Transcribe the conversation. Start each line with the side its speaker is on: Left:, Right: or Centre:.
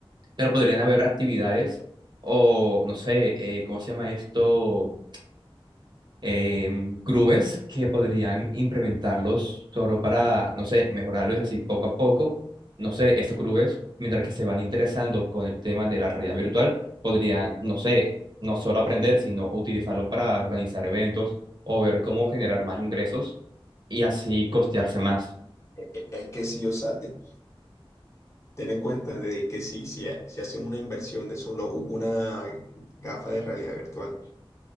Right: pero podrían haber actividades o, no sé, eh, ¿cómo se llama esto? Em, grúes que podrían implementarlos solo para, no sé, mejorarlos así poco a poco. No sé, estos grúes, mientras que se van interesando con el tema de la realidad virtual, podrían, no sé, no solo aprender, sino utilizarlo para organizar eventos o ver cómo generar más ingresos y así costearse más.
Left: E- e- Es que sí, o sea, te- ten en cuenta de que si, si, ha- si hacen una inversión de solo u- una gafa de realidad virtual,